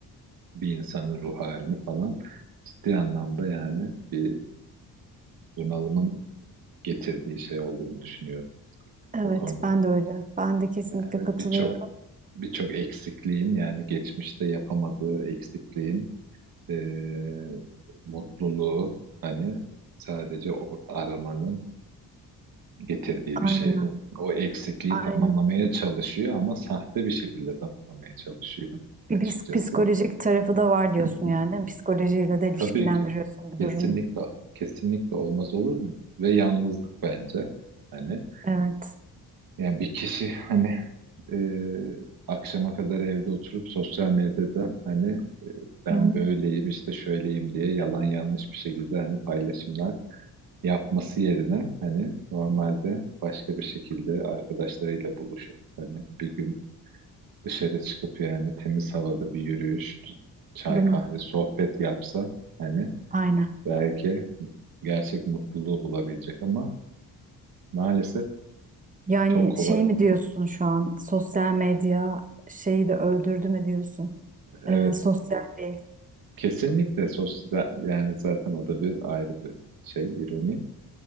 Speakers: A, on the right (about 60°); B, on the right (about 20°).
A: bir insanın ruh halini falan ciddi anlamda yani bir bunalımın getirdiği şey olduğunu düşünüyorum
B: Evet,
A: o konunun.
B: ben de öyle. Ben de kesinlikle
A: Yani
B: katılıyorum.
A: birçok birçok eksikliğin yani geçmişte yapamadığı eksikliğin eee, mutluluğu hani sadece o aramanın getirdiği
B: Aynen,
A: bir şey bu. O eksikliği
B: aynen.
A: tamamlamaya çalışıyor ama sahte bir şekilde tamamlamaya çalışıyor
B: Bir
A: açıkçası.
B: bis- psikolojik tarafı da var diyorsun
A: Hı.
B: yani, değil mi? Psikolojiyle de
A: Tabii
B: ilişkilendiriyorsun
A: ki.
B: bu
A: Kesinlikle
B: durumu.
A: kesinlikle olmaz olur mu? Ve yalnızlık bence. Hani
B: Evet.
A: yani bir kişi hani e, akşama kadar evde oturup sosyal medyada hani ben
B: Hı hı,
A: böyleyim işte şöyleyim diye yalan yanlış bir şekilde hani paylaşımlar yapması yerine hani normalde başka bir şekilde arkadaşlarıyla buluşup hani bir gün dışarı çıkıp yani temiz havada bir yürüyüş, çay
B: Değil
A: kahve,
B: mi?
A: sohbet yapsa hani
B: Aynen.
A: belki gerçek mutluluğu bulabilecek ama maalesef
B: Yani
A: çok kolay.
B: şey mi diyorsun şu an? Sosyal medya şeyi de öldürdü mü diyorsun?
A: Evet,
B: Ee, sosyalliği.
A: kesinlikle sosyal yani zaten o da bir ayrı bir şey, ironi.